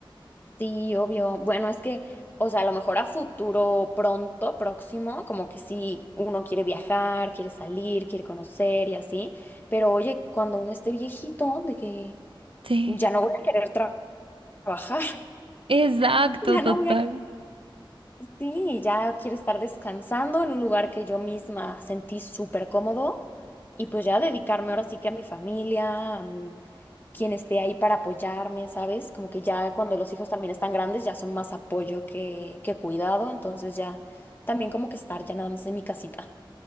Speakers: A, on the left; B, on the right.
A: Sí, obvio. Bueno, es que, o sea, a lo mejor a futuro pronto, próximo, como que sí, uno quiere viajar, quiere salir, quiere conocer y así, pero oye, cuando uno esté viejito, de que
B: Sí,
A: ya no voy a querer tra- trabajar,
B: exacto,
A: <laughs> ya
B: total.
A: no voy a, sí, ya quiero estar descansando en un lugar que yo misma sentí súper cómodo y pues ya dedicarme ahora sí que a mi familia, a mi- quien esté ahí para apoyarme, ¿sabes? Como que ya cuando los hijos también están grandes ya son más apoyo que, que cuidado, entonces ya también como que estar ya nada más en mi casita.